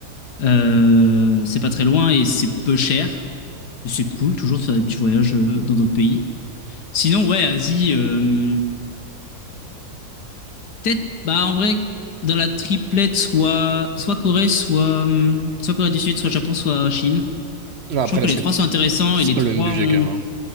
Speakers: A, on the left; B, on the right.
A: Euh, c'est pas très loin et c'est peu cher. Et c'est cool toujours de faire des petits voyages euh, dans d'autres pays. Sinon, ouais, Asie, euh, peut-être, bah en vrai, dans la triplette, soit, soit Corée, soit, hum, soit Corée du Sud, soit Japon, soit Chine.
B: Non, après,
A: Je trouve que
B: là,
A: les
B: ce
A: trois
B: serait...
A: sont intéressants
B: c'est
A: et les
B: pas
A: trois
B: le même budget
A: ont.
B: quand même. hein.